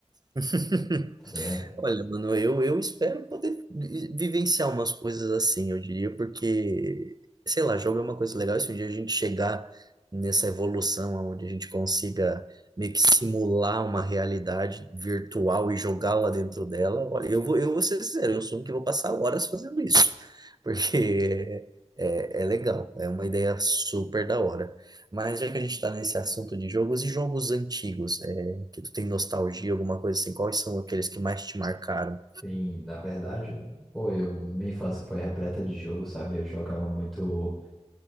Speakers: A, on the right; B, in the centre.
A: <laughs>
B: tá ligado?
A: Olha, mano, eu, eu espero poder vi- vivenciar umas coisas assim, eu diria, porque, sei lá, jogo é uma coisa legal. e Se um dia a gente chegar nessa evolução onde a gente consiga meio que simular uma realidade virtual e jogá-la dentro dela, olha, eu vou, eu vou ser sincero, eu assumo que vou passar horas fazendo isso, <laughs> porque é, é é legal, é uma ideia super da hora. Mas já que a gente está nesse assunto de jogos e jogos antigos. é, que tu tem nostalgia, alguma coisa assim, quais são aqueles que mais te marcaram?
B: Sim, na verdade, pô, eu, minha infância foi repleta de jogo, sabe? Eu jogava muito